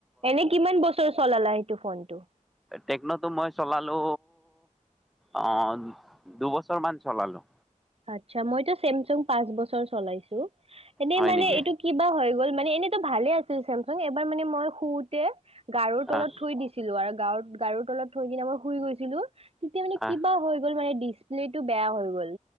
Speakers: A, on the right (about 45°); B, in the centre.
A: এনে কিমান বছৰ চলালা এইটো ফোনটো?
B: ট্ৰেকন'তটো মই চলালো অ দুবছৰ মান চলালো।
A: আতছা মইতো ছেমছোং পাঁচ বছৰ চলাইছো। এনে
B: হয়
A: মানে
B: নেকি
A: এইটো কিবা হৈ গ'ল মান এনেতো ভালে আছে। ছেমছাং এইবাৰ মানে মই শুওতে গাৰুৰ তলত
B: আহ
A: থৈ দিছিলো আৰু গাৰো গাৰুৰ তলত থৈ কিনে মই শুই গৈছিলো। তেতিয়া মানে
B: আহ
A: কিবা হৈ গ'ল মানে, ডিচপ্লেটো বেয়া হৈ গ'ল।।